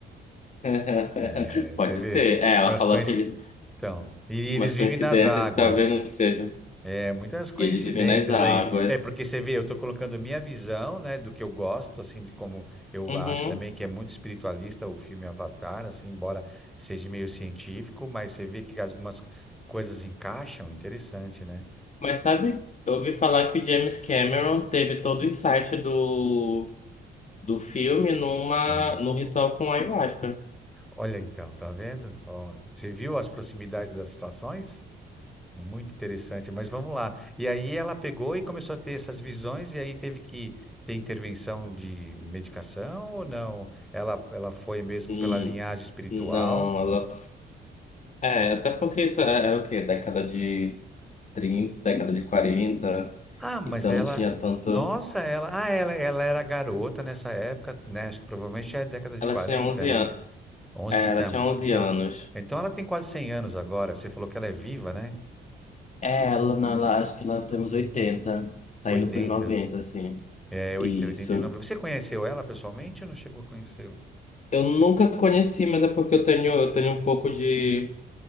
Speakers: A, on the left (about 35°); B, in the centre.
A: <laughs>
B: É, você
A: Pode
B: vê,
A: ser. É, ela
B: é umas
A: falou
B: coisas.
A: que eles,
B: Então, e eles
A: umas
B: vivem
A: coincidências
B: nas águas.
A: que talvez não sejam.
B: É muitas coincidências
A: E eles vivem nas águas.
B: aí. É, porque você vê, eu estou colocando minha visão, né, do que eu gosto, assim, de como eu
A: Uhum.
B: acho também que é muito espiritualista o filme Avatar, assim, embora seja meio científico, mas você vê que algumas coisas encaixam, interessante, né?
A: Mas sabe, eu ouvi falar que o James Cameron teve todo o insight do, do filme numa,
B: Uhum.
A: num ritual com ayahuasca.
B: Olha então, tá vendo? Ó, você viu as proximidades das situações? Muito interessante, mas vamos lá. E aí ela pegou e começou a ter essas visões, e aí teve que ter intervenção de medicação ou não? Ela, ela foi mesmo
A: Hum,
B: pela linhagem espiritual.
A: não, ela. É, até porque isso é- era o quê? Década de trinta década de quarenta
B: Ah, mas
A: Então
B: ela.
A: não tinha tanto.
B: Nossa, ela. Ah, ela, ela era garota nessa época, né? Acho que provavelmente é a década de
A: Ela
B: 40,
A: tinha 11
B: né?
A: anos.
B: 11
A: É,
B: então.
A: ela tinha 11
B: Então,
A: anos.
B: então ela tem quase 100 anos agora. Você falou que ela é viva, né?
A: É, ela, não, ela, acho que ela tem uns oitenta tá
B: Oitenta,
A: indo pros 90 assim.
B: É,
A: Isso.
B: entre oitenta e nove. Você conheceu ela pessoalmente ou não chegou a conhecê-la?
A: Eu nunca conheci, mas é porque eu tenho, eu tenho um pouco de,